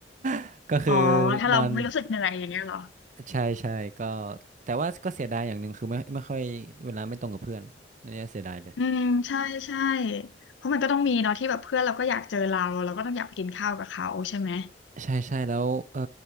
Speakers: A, on the right (about 45°); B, on the left (about 85°).
A: <laughs> ก็คือ
B: อ๋อถ้าเราไม่รู้สึกเหนื่อยอย่างเงี้ยเหรอ
A: นอน ใช่ใช่ก็แต่ว่าก็เสียดายอย่างหนึ่งคือไม่ไม่ค่อยเวลาไม่ตรงกับเพื่อนเนี่ยเสียดายเลย
B: อืมใช่ใช่เพราะมันก็ต้องมีเนาะที่แบบเพื่อนเราก็อยากเจอเราเราก็ต้องอยากไปกินข้าวกับเขาใช่ไหม
A: ใช่ใช่แล้วเออ